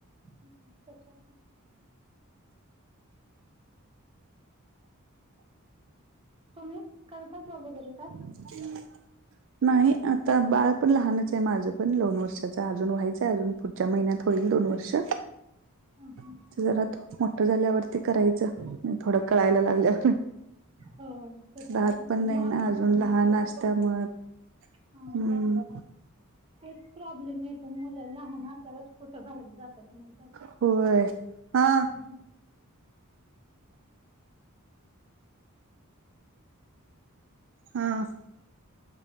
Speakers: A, on the right; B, on the right.
A: ह त्याच्या म तुम्ही करता जॉब वगैरे काय?
B: <inaudible> नाही आता बाळ पण लहानच आहे माझं पण लोन वर्षाचं. अजून व्हायचंय अजून पुढच्या महिन्यात होईल दोन वर्ष.
A: ह हा.
B: अता जरा मोठं झाल्यावरती करायचं थोडं कळायला लागल्यावर.
A: हो ते
B: राहत
A: आहे
B: पण नाही
A: लहान
B: ना
A: असल्यामुळे
B: अजून लहान नासत्या मग
A: हा
B: हम्म.
A: तेच प्रॉब्लेम येत. मुलं लहान असावच कुठं बाहेर जातात नाही जास्त.
B: होय हा.
A: ह हं.
B: हा.